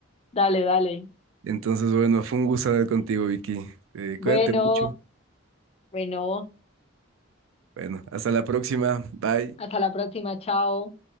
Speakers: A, on the left (about 30°); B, on the right (about 80°).
A: Dale, dale.
B: Entonces, bueno, fue un gusto hablar contigo, Vicky. Eh,
A: Bueno,
B: cuídate mucho.
A: bueno,
B: Bueno, hasta la próxima. Bye.
A: hasta la próxima, chao.